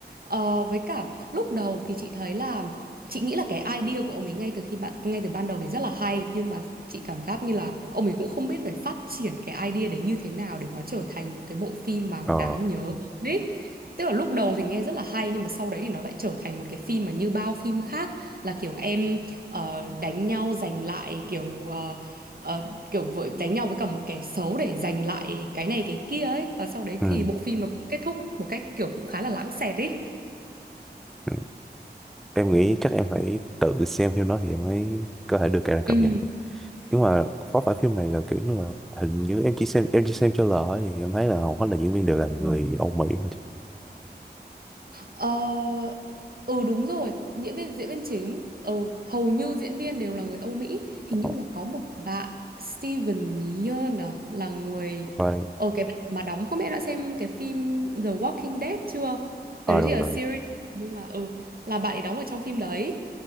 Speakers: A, on the right (about 60°); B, in the centre.
A: Ờ, với cả lúc đầu thì chị thấy là chị nghĩ là cái idea của ông ấy ngay từ khi bạn ngay từ ban đầu thì rất là hay nhưng mà chị cảm giác như là ông ấy cũng không biết phải phát triển cái idea đấy như thế nào để nó trở thành một cái bộ phim mà
B: ờ
A: đáng nhớ đấy tức là lúc đầu thì nghe rất là hay nhưng mà sau đấy thì nó lại trở thành một cái phim mà như bao phim khác là kiểu em ờ, đánh nhau giành lại kiểu ờ, ờ, kiểu vội đánh nhau với cả một kẻ xấu để giành lại cái này cái kia ấy và sau đấy
B: ừ.
A: thì bộ phim nó cũng kết thúc một cách kiểu cũng khá là lãng xẹt ấy.
B: ừ. em nghĩ chắc em phải tự xem phim đó thì em mới có thể được cái là cảm
A: Ừ.
B: nhận được nhưng mà có phải phim này là kiểu như là hình như em chỉ xem em chỉ xem trailer thôi thì em thấy là hầu hết là diễn viên đều là người Âu Mỹ thôi chứ.
A: Ờ, ừ đúng rồi, diễn viên diễn viên chính, ừ, hầu như diễn viên đều là người Âu Mỹ, hình
B: ờ
A: như là có một bạn Steven Yeun à, là người
B: vai
A: ờ cái bạn mà đóng không biết đã xem cái phim The Walking Dead chưa?
B: ờ
A: Cái đấy
B: rồi
A: thì là
B: rồi
A: series nhưng mà ừ là bạn ấy đóng ở trong phim đấy.